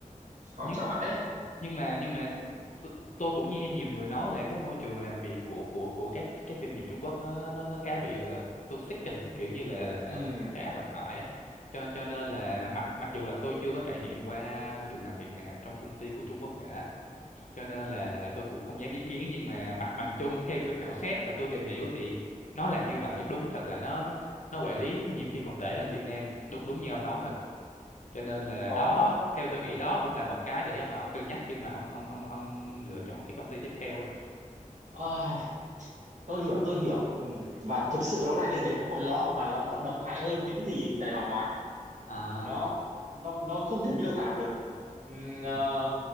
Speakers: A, on the right; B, on the left.
A: <laughs> khó
B: nhưng
A: chọn đấy
B: nhưng mà nhưng mà t- tôi cũng nghe nhiều người nói là cái môi trường làm việc của của của các các doanh nghiệp Trung Quốc nó nó nó nó khá bị gọi là toxic kìa nó kiểu như là là
A: ừ,
B: nó khá độc hại á cho cho nên là mặc mặc dù là tôi chưa có trải nghiệm qua môi trường làm việc nào trong công ty của Trung Quốc cả cho nên là là tôi cũng không dám ý kiến nhưng mà mặt bằng chung theo tôi khảo sát và tôi tìm hiểu thì nó là như vậy đúng thật là nó nó nó quản lý nhiều khi còn tệ hơn Việt Nam đúng đúng như ông nói thật cho nên là
A: có
B: đó theo tôi nghĩ đó cũng là một cái để mà ông cân nhắc khi mà ông ông ông ông lựa chọn cái công ty tiếp theo đây
A: Ai, tôi hiểu tôi hiểu ừ, và thực sự nó là như thế nó còn lo mà nó còn độc hại hơn những gì Đài Bảo nói
B: à,
A: nó nó nó không thể miêu tả được ừ, ờ,
B: ừ